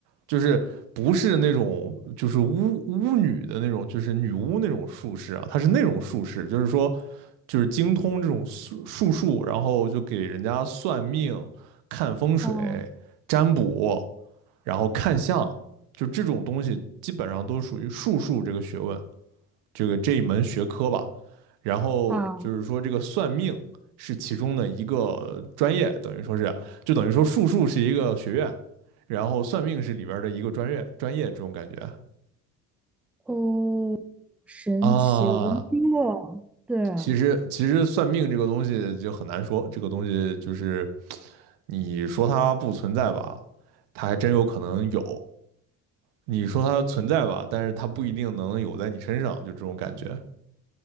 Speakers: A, on the right; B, in the centre.
A: 就是不是那种就是巫巫女的那种，就是女巫那种术士啊，她是那种术士，就是说就是精通这种术术数，然后就给人家算命、看风水、
B: 哦
A: 占卜，然后看相，就这种东西基本上都属于术数这个学问。这个这一门学科吧。然后就是说，
B: 啊，
A: 这个算命是其中的一个专业，等于说是，就等于说术数是一个学院，然后算命是里边的一个专业，专业这种感觉
B: 哦，神奇，
A: 啊。
B: 我没听过。对啊，
A: 其实，其实算命这个东西就很难说，这个东西就是你说它不存在吧，它还真有可能有；你说它存在吧，但是它不一定能有在你身上，就这种感觉。